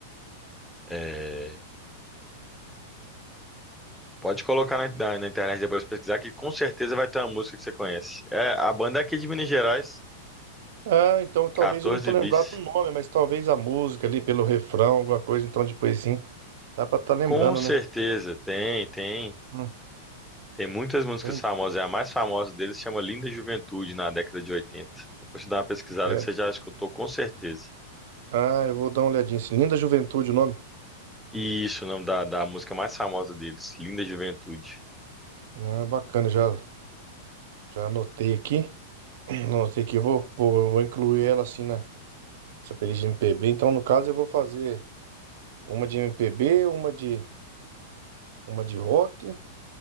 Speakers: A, in the centre; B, on the right.
A: é, pode colocar na, na- na internet depois pesquisar, que com certeza vai ter uma música que você conhece. É, a banda é aqui de Minas Gerais,
B: Ah, então talvez
A: 14
B: eu não tô lembrado
A: bis.
B: do nome, mas talvez a música ali, pelo refrão, alguma coisa, então depois sim, dá pra estar lembrando,
A: Com certeza,
B: né?
A: tem, tem.
B: Hum,
A: Tem muitas músicas
B: Entende?
A: famosas. é A mais famosa deles chama Linda Juventude, na década de oitenta Depois você dá uma pesquisada
B: É.
A: que você já escutou, com certeza.
B: Ah, eu vou dar uma olhadinha. assim. Linda Juventude o nome.
A: E isso, o nome da, da música mais famosa deles, Linda Juventude.
B: Ah, bacana, já, já anotei aqui. <clears throat> Anotei aqui, eu vou, vou, eu vou incluir ela assim na essa playlist de MPB. Então, no caso, eu vou fazer uma de MPB, uma de, uma de rock,